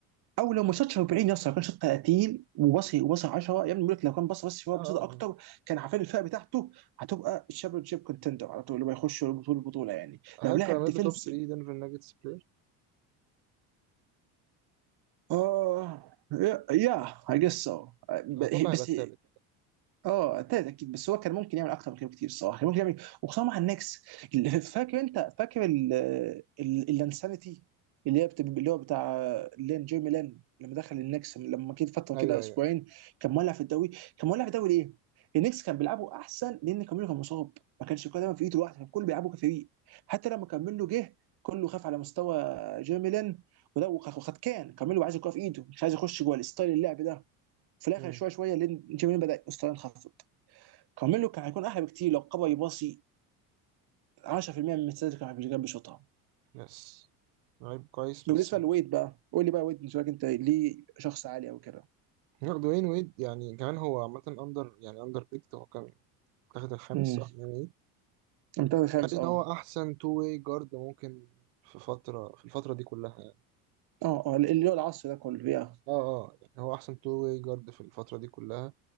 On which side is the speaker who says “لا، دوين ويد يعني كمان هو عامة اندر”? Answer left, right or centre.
Right